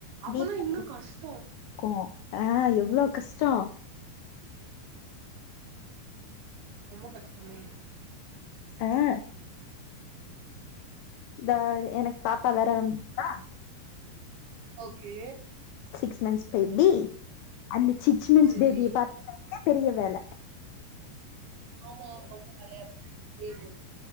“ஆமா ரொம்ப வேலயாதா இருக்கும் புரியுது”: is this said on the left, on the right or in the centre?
Right